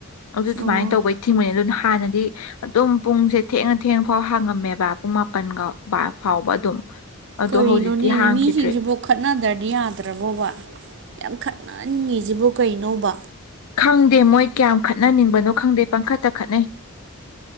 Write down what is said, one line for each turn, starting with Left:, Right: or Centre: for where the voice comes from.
Left: ꯑꯗꯨ ꯑꯗꯨꯃꯥꯏꯅ
Right: ꯑꯣ
Left: ꯇꯧꯕꯩ ꯊꯤꯡꯕꯅꯤ ꯑꯗꯨꯅ ꯍꯥꯟꯅꯗꯤ ꯑꯗꯨꯝ ꯄꯨꯡꯁꯦ ꯊꯦꯡꯅ ꯊꯦꯡꯉ ꯐꯥꯎ ꯍꯥꯡꯉꯝꯃꯦꯕ ꯄꯨꯡ ꯃꯥꯄꯜꯒ ꯐꯥꯎꯕ ꯑꯗꯨꯝ ꯑꯗꯣ
Right: ꯀꯔꯤꯅꯣꯅꯦ
Left: ꯍꯧꯖꯤꯛꯇꯤ ꯍꯥꯡꯈꯤꯗ꯭ꯔꯦ
Right: ꯃꯤꯁꯤꯡꯁꯤꯕꫭ ꯈꯠꯅꯗ꯭ꯔꯗꯤ ꯌꯥꯗ꯭ꯔꯕꯣꯕ ꯌꯥꯝ ꯈꯠꯅꯅꯤꯡꯉꯤꯁꯤꯕꯣ ꯀꯩꯅꯣꯕ
Left: ꯈꯪꯗꯦ ꯃꯣꯏ ꯀꯌꯥꯝ ꯈꯠꯅꯅꯤꯡꯕꯅꯣ ꯈꯪꯗꯦ ꯄꯪꯈꯠꯇ ꯈꯠꯅꯩ